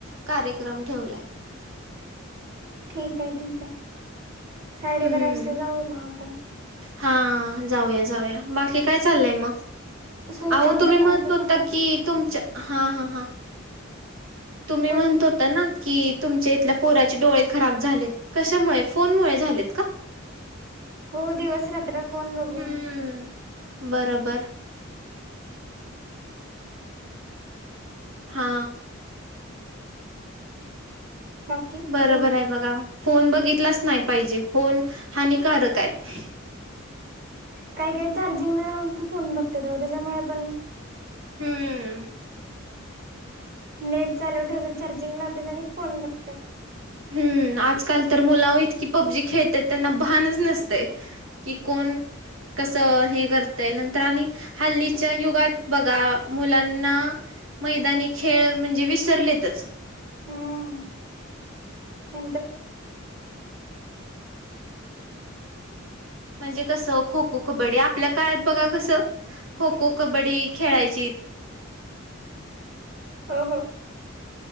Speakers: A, on the right (about 85°); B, on the right (about 50°).
A: कार्यक्रम ठेवलाय
B: ठीक आहे ठीक आहे साडेबारा
A: हम्म
B: वाजता जाऊ मग आपण
A: हा जाऊया जाऊया बाकी काय चाललंय मग
B: स्वयंपाक
A: आहोत तुम्ही
B: बनवायचा
A: म्हणतता
B: चाललाय
A: की तुमच्या हा हा हां तुम्ही
B: कोण
A: म्हणत होता ना की तुमच्या इथल्या पोराचे डोळे खराब झालेत कशामुळे फोनमुळे झालेत का
B: हो दिवस रात्र फोन बघून
A: हम्म बरोबर
B: <inaudible>
A: हा
B: <inaudible>
A: बरोबर
B: बोला
A: आहे बघा फोन बघितलाच नाही पाहिजे फोन हानिकारक आहे
B: काही काही चार्जिंगला जा पण फोन बघतात त्याच्यामुळे पण
A: हम्म
B: नेट चालू ठेवत चार्जिंग लावतात आणि फोन बघतात
A: हम्म आजकाल तर मुला इतकी पबजी खेळत त्यांना भानच नसते कि कोण कस हे करतय नंतर आणि हल्लीच्या युगात बघा मुलांना मैदानी खेळ म्हणजे विसरलेतच
B: हम्म त्यांच
A: म्हणजे कसं खो खो कबड्डी आपल्या काळात बघा कसं खो खो कबड्डी खेळायची
B: हो हो